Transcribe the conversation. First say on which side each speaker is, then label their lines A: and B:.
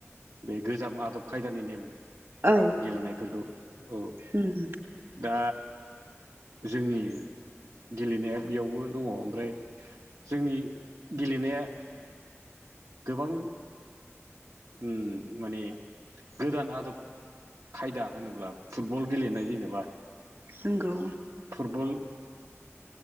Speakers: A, on the right; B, on the right.
A: बे गोजाम आदब खायदानि नेम
B: औ
A: गेलेनायफोरखौ औ
B: उम
A: दा जोंनि गेलेनाया बेयावबो दंङो ओमफ्राय जोंनि गेलेनाया गोबां उम माने गोदान आदब खायदा होनोब्ला फुटबल गेलेनाय जेनेबा
B: नंगौ
A: फुटबल